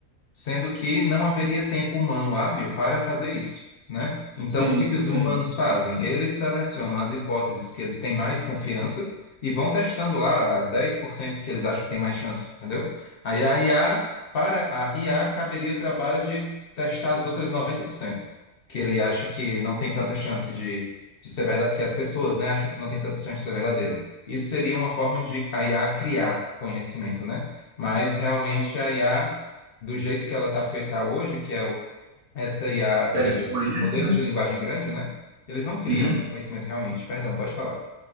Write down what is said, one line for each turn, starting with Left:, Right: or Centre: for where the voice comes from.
Left: sendo que não haveria tempo humano hábil para fazer isso, né? Então,
Right: Sim,
Left: o que que os
Right: sim.
Left: humanos fazem? Eles selecionam as hipóteses que eles têm mais confiança e vão testando lá as 10% que eles acham que tem mais chance, entendeu? Aí a IA, para a IA, caberia o trabalho de testar as outras 90% que ele acha que não tem tanta chance de, de ser verdade, que as pessoas, né, acham que não tem tanta chance de ser verdadeiro. Isso seria uma forma de a IA criar conhecimento, né? Mas realmente a IA do jeito que ela está feita hoje, que é o- essa IA,
Right: O que
Left: é,
Right: a gente
Left: esses
Right: conhece,
Left: modelos
Right: né?
Left: de linguagem grande, né? Eles não criam,
Right: Uhum.
Left: né, conhecimento realmente. Perdão, pode falar.